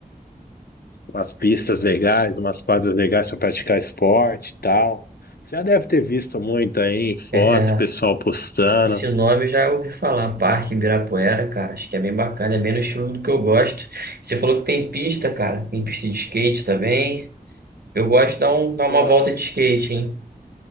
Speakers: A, on the left; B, on the right.
A: umas pistas legais, umas quadras legais para praticar esporte e tal. Você já deve ter visto muito aí, foto,
B: É,
A: pessoal postando.
B: esse nome eu já ouvi falar, Parque Ibirapuera, cara. Acho que é bem bacana, é bem no estilo do que eu gosto. Você falou que tem pista, cara. Tem pista de skate também. Eu gosto de dar, um, dar
A: Pô,
B: uma volta de skate, hein?